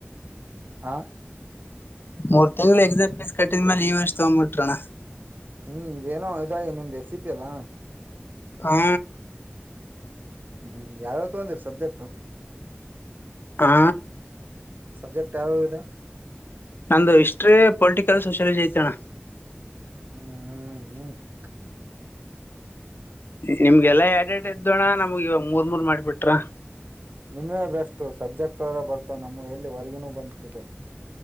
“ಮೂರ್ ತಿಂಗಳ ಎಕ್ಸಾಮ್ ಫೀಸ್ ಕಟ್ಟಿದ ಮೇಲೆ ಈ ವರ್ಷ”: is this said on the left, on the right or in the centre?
Left